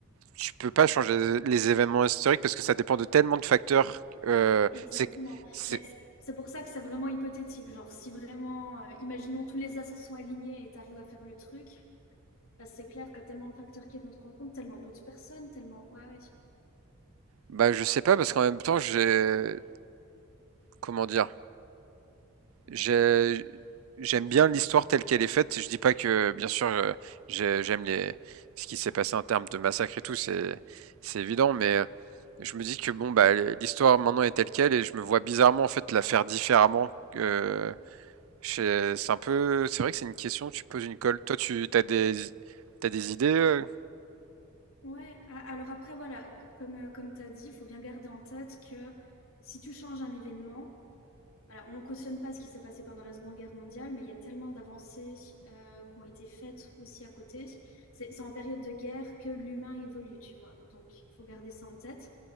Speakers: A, on the right; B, on the left.
A: tu peux pas changer les événements historiques parce que ça dépend de tellement de facteurs. Euh,
B: Exactement.
A: c'est, c'est,
B: Mais c- c'est pour ça que c'est vraiment hypothétique. Genre, si vraiment, euh, imaginons tous les astres sont alignés et tu arrives à faire le truc, parce que c'est clair, tu as tellement de facteurs qui rentrent en compte, tellement d'autres personnes, tellement... Ouais, ouais.
A: bah, je sais pas parce qu'en même temps, j'ai, comment dire, j'ai, j'aime bien l'histoire telle qu'elle est faite. Je dis pas que, bien sûr, euh, j'ai- j'aime les, ce qui s'est passé en termes de massacre et tout, c'est, c'est évident, mais euh, je me dis que bon, bah, l'histoire maintenant est telle qu'elle et je me vois bizarrement en fait la faire différemment. euh, Je- C'est un peu, c'est vrai que c'est une question, tu poses une colle. Toi, tu t'as des, t'as des idées? euh
B: Ouais, a- alors après, voilà, c- comme, euh, comme tu as dit, il faut bien garder en tête que si tu changes un événement, voilà, on cautionne pas ce qui s'est passé pendant la Seconde Guerre mondiale, mais il y a tellement d'avancées euh, qui ont été faites aussi à côté. C'est c'est en période de guerre que l'humain évolue, tu vois. Donc, il faut garder ça en tête.